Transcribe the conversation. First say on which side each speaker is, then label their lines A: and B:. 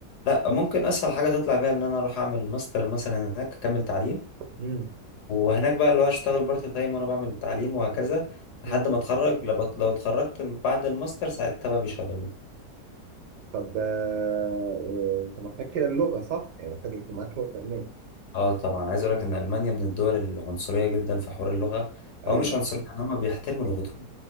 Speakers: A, on the left; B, on the right.
A: لا ممكن أسهل حاجة تطلع بيها إن أنا أروح أعمل ماستر مثلا هناك أكمل تعليم
B: امم
A: وهناك بقى اللي هو أشتغل بارت تايم وأنا بعمل التعليم وهكذا
B: امم
A: لحد ما أتخرج لو لو اتخرجت بعد الماستر ساعتها بقى بيشغلوني
B: طب آه، آه، انت محتاج كده اللغه صح يعني محتاج يكون معاك لغه امان
A: اه طبعا عايز اقول لك ان المانيا من الدول العنصريه جدا في حوار اللغه
B: ايوه
A: او مش عنصريه ان هم بيحترموا لغتهم